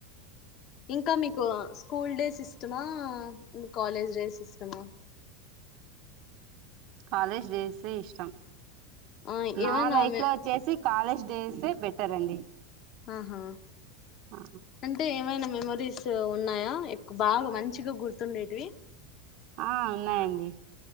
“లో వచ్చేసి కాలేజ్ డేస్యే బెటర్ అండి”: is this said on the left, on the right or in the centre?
Right